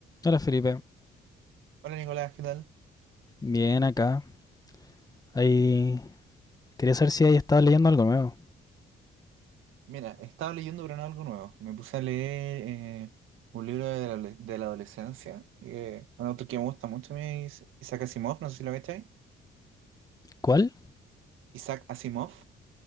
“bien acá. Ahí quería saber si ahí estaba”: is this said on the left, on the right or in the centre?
Left